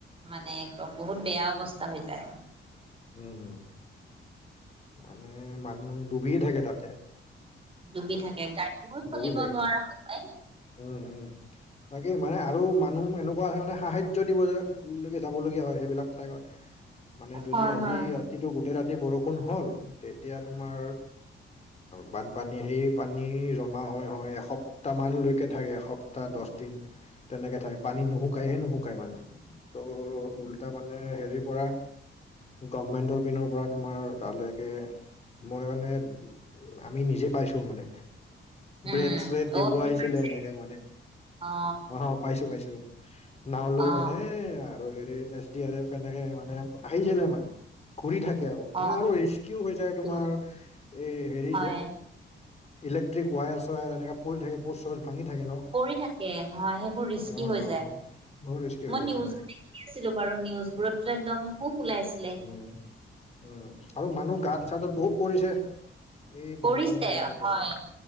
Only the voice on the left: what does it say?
উম, মানে মান ডুবিয়ে থাকে তাতে,
ডুবি থাকে
উম উম তাকেই মানে আৰু মানুহ এনেকুৱা হয় মানে সাহায্য দিবলকে যাবলগীয়া হয় সেইবিলাক ঠাইগত মানে যদি
আজি
ৰাতিটো গোটেই ৰাতি বৰষুণ হল তেতিয়া তোমাৰ বানপানী সেই পানী জমা হয় হয় এসপ্ত তমান লৈকে থাকে এসপ্তাহ দছ দিন তেনেকে থাকে পানী নুশুকাইহে নুশুকাই মানে ত' ওলোটাই মানে হেৰিৰ পৰা গভমেন্টৰ পিনৰ পৰা তোমাৰ তালৈকে মই মানে আমি নিজে পাইছো মানে
ব্ৰেড -চ্ৰেড
দিব
আহিছিলে
এনেকে মানে
অ পাইছো পাইছো নাও লৈ
মানে আৰু হেৰি এছ ডি আৰ এফ এনেকে মানে আহিছিলে মানে কৰি থাকে আ
মানে আৰু ৰিস্কিও হৈ যায় তোমাৰ
এ হেৰি
যে ইলেক্টিক ৱায়াৰ- চয়াৰ এনেকা পৰি থাকে প' চ-'চছ বাঙি থাকে ন
অ অ
বহুত ৰিস্কি হৈ
যায়
মানে
উম উম আৰু মানুহ গাত- চাতত বহুত পৰিছে এই
বানপানীৰ
সময়তে মানে